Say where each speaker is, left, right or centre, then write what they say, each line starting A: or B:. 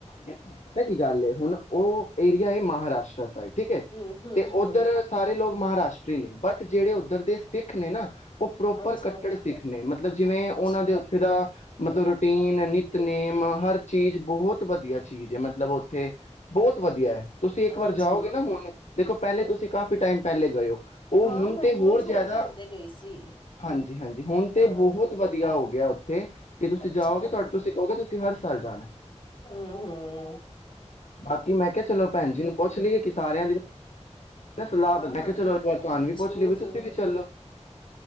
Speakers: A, on the left; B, on the left.
A: ਦੇਖੋ ਪਤਾ ਕੀ ਗੱਲ ਏ ਹੁਣ ਉਹ ਏਰੀਆ ਹੈ, ਮਹਾਰਾਸ਼ਟਰ ਸਾਈਡ। ਠੀਕ ਹੈ,
B: ਹੂੰ, ਹੂੰ,
A: ਤੇ
B: ਹੂੰ
A: ਉੱਧਰ ਸਾਰੇ ਲੋਕ। ਮਹਾਰਾਸ਼ਟਰੀ ਨੇ, ਬਟ ਜਿਹੜੇ ਉੱਧਰ ਦੇ ਸਿੱਖ ਸਿੱਖ ਨੇ ਨਾ, ਉਹ ਪ੍ਰੋਪਰ
B: ਅੱਛਾ,
A: ਕੱਟੜ ਸਿੱਖ ਨੇ, ਮਤਲਬ ਜਿਵੇਂ ਉਹਨਾਂ
B: ਅੱਛਾ।
A: ਦੇ ਉੱਥੇ ਦਾ ਮਤਲਬ ਰੂਟੀਨ ਨਿੱਤਨੇਮ। ਹਰ ਚੀਜ਼ ਬਹੁਤ। ਵਧੀਆ ਚੀਜ਼ ਹੈ ਮਤਲਬ ਉ ਥ ਬਹੁਤ ਵਧੀਆ ਹੈ, ਤੁਸੀਂ ਇੱਕ
B: ਹਾਂਜੀ,
A: ਵਾਰ ਜਾਓਗੇ ਨਾ, ਹੁਣ ਦੇਖੋ ਪਹਿਲੇ ਤੁਸੀਂ ਕਾਫੀ ਟਾਈਮ ਪਹਿਲੇ ਗਏ ਉਹ
B: ਹਾਂ
A: ਹੁਣ
B: ਮੈਂ
A: ਤੇ, ਹੋਰ
B: ਬਹੁਤ ਛੋਟੀ
A: ਜ਼ਿਆਦਾ,
B: ਹੁੰਦੇ ਗਈ ਸੀ
A: ਹਾਂਜੀ- ਹਾਂਜੀ ਹੁਣ ਤੇ
B: ਹਾਂ।
A: ਬਹੁਤ ਵਧੀਆ ਹੋ ਗਿਆ। ਤੇ, ਕਿ ਤੁਸੀਂ
B: ਅੱਛਾ,
A: ਜਾਓਗੇ ਤੁਹਾਡੇ ਤੂਸੀਂ ਕਹੋਗੇ ਤੁਸੀਂ ਹਰ ਸਾਲ ਜਾਣਾ।
B: ਹਮ, ਹਮ।
A: ਬਾਕੀ ਮੈਂ, ਕਿਹਾ ਚਲੋ, ਭੈਣ ਜੀ ਨੂੰ ਪੁੱਛ ਲਈਏ ਕਿਸ ਸਾਰਿਆਂ ਦੀ ਮ ਸਲਾਹ
B: ਹਾਂ-ਹਾਂ
A: ਬ ਮੈਂ ਕਿਹਾ ਚਲੋ, ਇੱਕ ਵਾਰ ਤੁਹਾਨ ਵੀ
B: ਜ਼ਰੂਰ-ਜ਼ਰੂਰ
A: ਪੂਛ ਲਈ ਏ, ਵੀ ਤੁਸੀ ਵੀ ਚੱਲੋ